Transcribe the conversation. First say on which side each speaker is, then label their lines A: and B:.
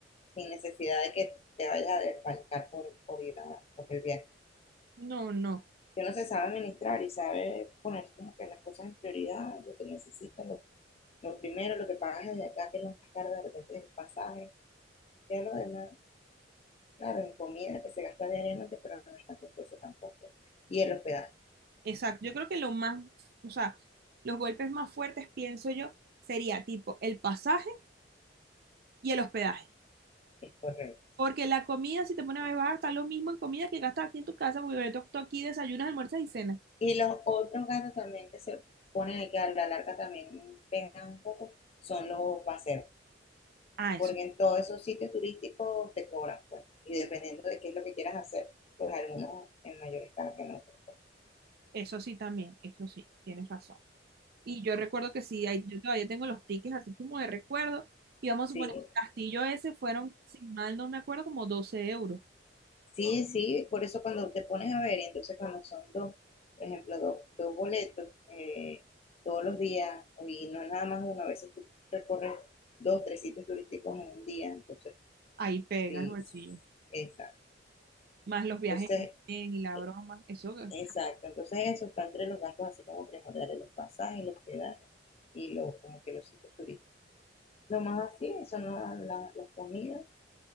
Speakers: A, on the left (about 35°); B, on the right (about 55°).
A: sin necesidad de que te vayas a desfalcar por, por ir a- por el viaje.
B: No, no,
A: Si uno se sabe administrar y sabe poner como que las cosas en prioridad, lo que necesitas, lo, lo primero, lo que pagas desde acá, que es lo más caro de repente es el pasaje, ya lo demás, claro, en comida que se gasta diariamente, pero no es tan costoso tampoco. Y el hospedaje,
B: exacto. Yo creo que lo más, o sea, los golpes más fuertes, pienso yo, sería tipo el pasaje y el hospedaje.
A: es correcto.
B: Porque la comida, si te pones a ver, vas a gastar lo mismo en comida que gastas aquí en tu casa, porque tú, tú aquí desayunas, almuerzas y cenas.
A: Y los otros gastos también que se ponen ahí, que a la larga también pegan un poco, son los paseos
B: Ah, eso,
A: porque en todos esos sitios turísticos te cobran, pues, y dependiendo de qué es lo que quieras hacer, pues algunos en mayor escala que en otros.
B: eso sí también, eso sí, tienes razón. Y yo recuerdo que sí, ahí- yo todavía tengo los tickets así como de recuerdo. Y vamos
A: Sí,
B: a suponer, el castillo ese fueron, si mal no me acuerdo, como 12 euros.
A: sí, sí, por eso cuando te pones a ver, entonces cuando son dos, por ejemplo, dos, dos boletos eh, todos los días, y no es nada más uno, a veces tú recorres dos, tres sitios turísticos en un día, entonces,
B: Ahí pega
A: sí,
B: el bolsillo.
A: exacto.
B: más los viajes
A: Entonces,
B: en tren y la
A: eh,
B: broma, eso, que-
A: exacto, entonces eso está entre los gastos así como primordiales, los pasajes, los hospedaje y los, como que los sitios turísticos. Lo más así son la- la- las comidas,